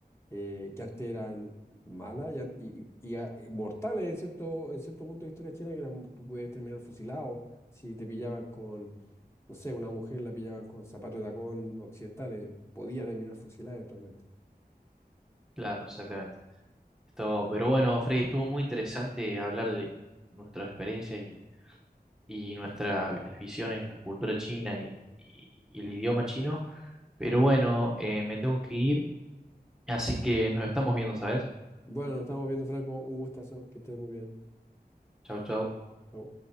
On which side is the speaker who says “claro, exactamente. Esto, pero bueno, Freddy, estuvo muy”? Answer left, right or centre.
Centre